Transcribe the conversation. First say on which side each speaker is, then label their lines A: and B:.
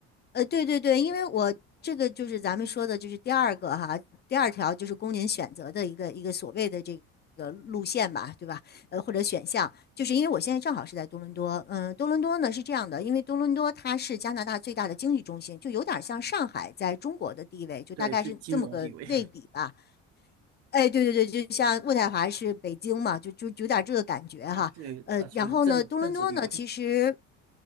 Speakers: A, on the left; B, on the right.
A: 呃，对对对，因为我这个就是咱们说的，就是第二个哈，第二条就是供您选择的一个一个所谓的这个路线吧，对吧？呃，或者选项，就是因为我现在正好是在多伦多，嗯，多伦多呢是这样的，因为多伦多它是加拿大最大的经济中心，就有点像上海在中国的地位，就大概是这么个类比吧。
B: 对，属于金融地位 <laughs>
A: 哎，对对对，就像渥太华是北京嘛，就就有点这个感觉哈。
B: 啊，对，
A: 呃，
B: 呃，属于政政治地位。
A: 然后呢，多伦多呢，其实